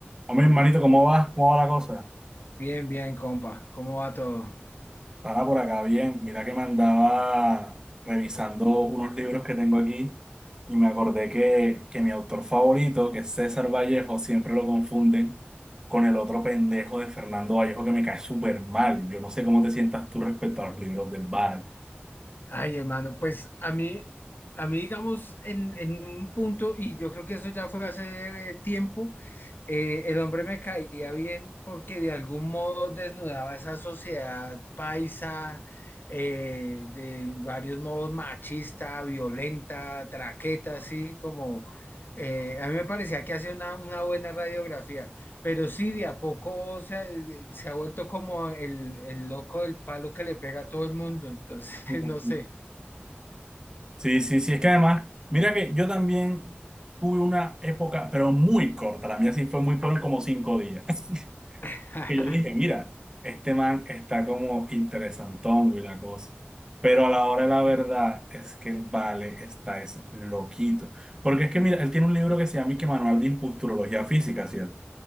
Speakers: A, on the right; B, on the left.
A: Hombre, hermanito, ¿cómo vas? ¿Cómo va la cosa?
B: Bien, bien, compa. ¿Cómo va todo?
A: Para por acá, bien. Mira que me andaba revisando unos libros que tengo aquí y me acordé que, que mi autor favorito, que es César Vallejo, siempre lo confunden con el otro pendejo de Fernando Vallejo que me cae súper mal. Yo no sé cómo te sientas tú respecto a los libros del Val.
B: Ay, hermano, pues a mí, a mí, digamos, en, en un punto, y yo creo que eso ya fue hace eh, tiempo, eh, el hombre me caía bien porque de algún modo desnudaba esa sociedad paisa, eh, de varios modos machista, violenta, traqueta, así como, eh, a mí me parecía que hacía una, una buena radiografía. Pero sí, de a poco se, ha eh, se ha vuelto como el, el loco del palo que le pega a todo el mundo. Entonces, <laughs>
A: Ujú.
B: no sé.
A: Sí, sí, sí, es que además, mira que yo también tuve una época, pero muy corta, la mía sí fue muy, fueron como cinco días. <laughs>
B: <laughs>
A: que yo dije, mira, este man está como interesantón y la cosa. Pero a la hora de la verdad es que el Vale está es loquito. Porque es que, mira, él tiene un libro que se llama y que Manual de Impulturología Física, ¿cierto?